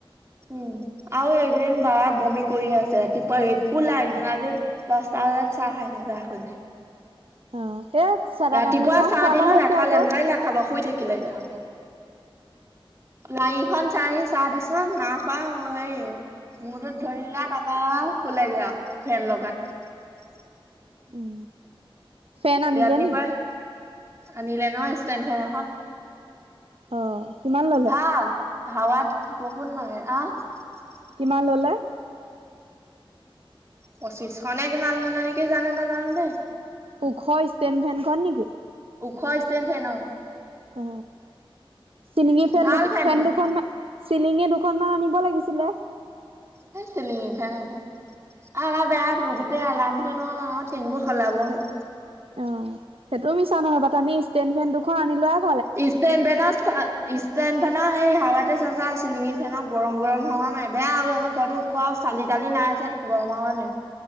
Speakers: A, on the right; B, on the right.
A: উম আৰু এইকেইদিন বাৰ বমি কৰিয়ে আছে ৰাতিপুৱা একোলা এককদিন আজি দচটা াত চাহাইছে ৰা খোজ
B: অ এ চেৰা
A: ৰাতিপুৱা
B: তামোল বা
A: চাহ
B: খোৱা
A: দিলে
B: পৰা হৈছে
A: নাখালে
B: আকৌ
A: নোৱাৰ নাখাব শুই থাকিলেগে আকৌ লাহিখন চাই আহি চাহ দিছো না খোৱা হে মূৰটোো ধৰি দিলা তাৰপা লেগে আৰু ভেন লগাই
B: উম ফেন আনিলে
A: ৰাতিপুৱাই
B: নি?
A: আনিলে ন ষ্টেড ফেন এখন
B: অ কিমান ললে?
A: ভাল হাৱাত বহুত মাৰোৰে আহ
B: কিমান ললে?
A: পঁচিছ খ নাই কি মাৰ ললা নে কি জানে নাজানো দেে
B: পোখৰ ষ্টেণ্ড ফেনখন নেকি
A: ওখ আহছে নছেে ন
B: অ চিলিঙি ফন
A: ভাল
B: দু
A: ফেনখন।
B: ফেন দুখন ম চিলিঙে দুখনমান আনিব লাগিছিলে
A: সছিল লিিফাল গ অ আমাৰ বেয়া গোটেই লামটো নহল আ টেংবোৰ সলাব হ'ল
B: অ সেইটোও মিছা নহয় ব তনি ষ্টেণ্ড ফেন দুখন আনি লোৱা
A: ই এন বে ন ই এন ন সেই হাৱাতে চ্া আছিলিঙি ফেনক গৰম গৰম হাৱা নাই বেয়া আৰু আমাৰ ঘৰতো উওখোৱা চালি তালি নাই াজান গৰম হ ন